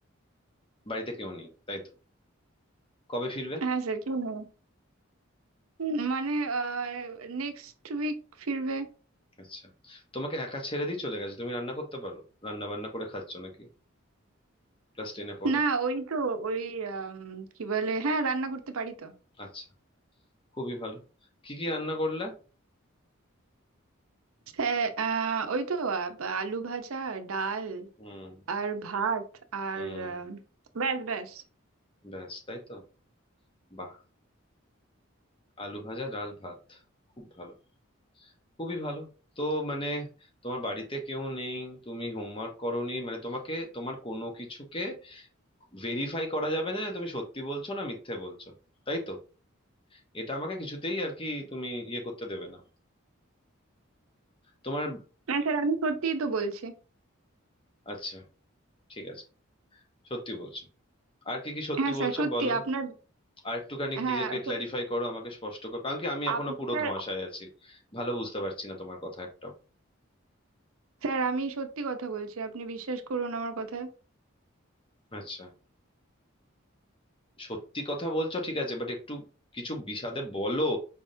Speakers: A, on the left; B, on the right.
A: বাড়িতে কেউ নেই তাই তো কবে ফিরবে
B: হ্যাঁ স্যার কেউ নেই উম, মানে নেক্সট উইক ফিরবে
A: আচ্ছা তোমাকে একা ছেড়ে দিয়ে চলে গেছে তুমি রান্না করতে পারো রান্না বান্না করে খাচ্ছ নাকি ক্লাস টেনে পড়ো
B: না ওই তো ওই আম, কি বলে হ্যাঁ রান্না করতে পারি তো
A: আচ্ছা খুবই ভালো কি কি রান্না করলে
B: হ্যাঁ আহ, ওই তো আ- আলু ভাজা ডাল
A: হুম
B: আর ভাত আর
A: হুম
B: আম, ব্যাস ব্যাস
A: ব্যাস তাই তো বাহ আলু ভাজা ডাল ভাত খুব ভালো খুবই ভালো তো মানে তোমার বাড়িতে কেউ নেই তুমি হোমওয়ার্ক করোনি মানে তোমাকে তোমার কোনো কিছুকে ভেরিফাই করা যাবে না যে তুমি সত্যি বলছো না মিথ্যে বলছো তাই তো এটা আমাকে কিছুতেই আর কি তুমি ইয়ে করতে দেবে না তোমার
B: হ্যাঁ স্যার আমি সত্যিই তো বলছি
A: আচ্ছা ঠিক আছে সত্যি বলছো আর কি কি সত্যি
B: হ্যাঁ স্যার
A: বলছো
B: সত্যি
A: বলো
B: আপনার
A: আর একটুখানি
B: হ্যাঁ
A: নিজেকে
B: স-
A: ক্ল্যারিফাই করো আমাকে স্পষ্ট করো কারণ কি আমি এখনো
B: আপ-
A: পুরো
B: স্যার
A: ধোঁয়াশায় আছি ভালো বুঝতে পারছি না তোমার কথা একটাও
B: স্যার আমি সত্যি কথা বলছি আপনি বিশ্বাস করুন আমার কথা
A: আচ্ছা সত্যি কথা বলছো ঠিক আছে বাট একটু কিছু বিশদে বলো